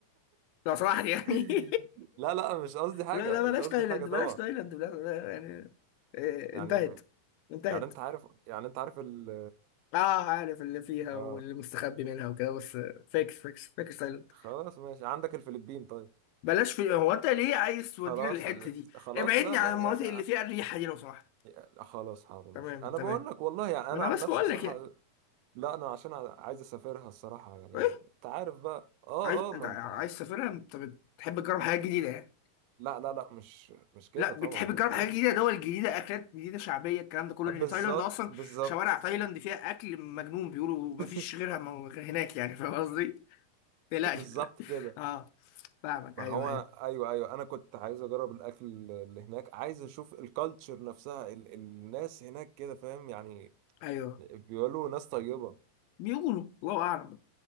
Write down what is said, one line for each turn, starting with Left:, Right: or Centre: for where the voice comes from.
Left: لو سمحت يعني
Right: <laughs>
Left: <laughs>
Right: لا لا مش قصدي حاجة
Left: لا لا بلاش
Right: مش قصدي
Left: تايلاند
Right: حاجة طبعا
Left: بلاش تايلاند بلاش يعني آه،
Right: يعني
Left: انتهت انتهت
Right: يعني انت عارف يعني انت عارف ال
Left: اه عارف اللي فيها
Right: اه
Left: واللي مستخبي منها وكده بس فيك فيك فيك سايلنت
Right: خلاص ماشي عندك الفلبين طيب
Left: بلاش في هو انت ليه عايز تودينا
Right: خلاص
Left: للحته
Right: ال-
Left: دي
Right: خلاص
Left: ابعدني
Right: لا
Left: عن
Right: لا
Left: المناطق
Right: يعني
Left: اللي فيها الريحه دي لو سمحت
Right: يعني خلاص حاضر
Left: تمام
Right: مش انا
Left: تمام
Right: بقول لك والله يعني
Left: وانا
Right: انا عن
Left: بس
Right: نفسي
Left: بقول
Right: صراحه
Left: لك يعني
Right: لا انا عشان عايز اسافرها الصراحه يعني
Left: ايه
Right: انت عارف بقى اه
Left: عايز
Right: اه ما
Left: انت عايز
Right: انت
Left: تسافرها انت بتحب تجرب حاجات جديده يعني
Right: لا لا لا مش مش كده
Left: لا
Right: طبعا
Left: بتحب تجرب
Right: يعني
Left: حاجات جديده دول جديده اكلات جديده شعبيه الكلام ده كله
Right: <laughs>
Left: لان
Right: بالظبط
Left: تايلاند اصلا
Right: بالظبط
Left: شوارع تايلاند فيها اكل مجنون بيقولوا
Right: <laughs>
Left: مفيش غيرها م- غير هناك يعني فاهم قصدي؟ ما تقلقش
Right: بالظبط
Left: لا
Right: كده
Left: اه فاهمك
Right: ما
Left: ايوه
Right: هو
Left: ايوه
Right: ايوه ايوه انا كنت عايز اجرب الاكل اللي هناك عايز اشوف الكالتشر نفسها ال... الناس هناك كده فاهم يعني
Left: ايوه
Right: بيقولوا ناس طيبه
Left: بيقولوا الله اعلم